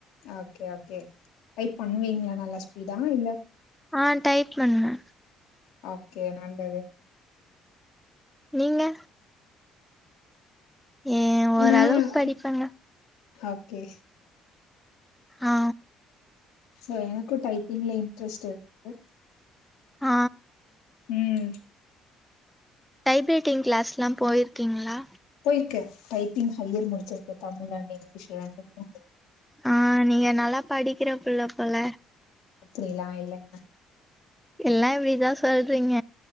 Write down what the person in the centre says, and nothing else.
ஆ டைப் பண்ணுவ
நீங்க ஏ ஓரளவுக்கு
படிப்பங்க
ஆ
ஆ
டைப் ரைட்டிங் கிளாஸ் எல்லா போயிருக்கீங்களா
ஆ நீங்க நல்லா படிக்கிற பிள்ள போல
எல்லா இப்படிதா சொல்றீங்க